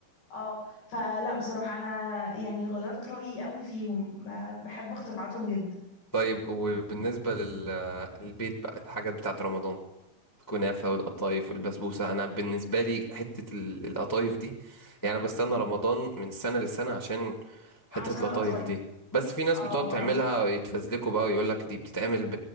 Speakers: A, on the left; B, on the left.
A: اه فلا بصراحه انا يعني غيرت رايي قوي فيهم ب- بحب اختراعاتهم جدا
B: طيب وبالنسبة لل... للبيت بقى الحاجات بتاعة رمضان الكنافة والقطايف والبسبوسة أنا بالنسبة لي حتة ال- القطايف دي يعني أنا بستنى رمضان من سنة لسنة عشان حتة
A: عشان
B: القطايف
A: القطايف
B: دي بس في ناس
A: اه
B: بتقعد تعملها
A: اه
B: يتفزلكوا بقى ويقولك دي بتتعمل ب...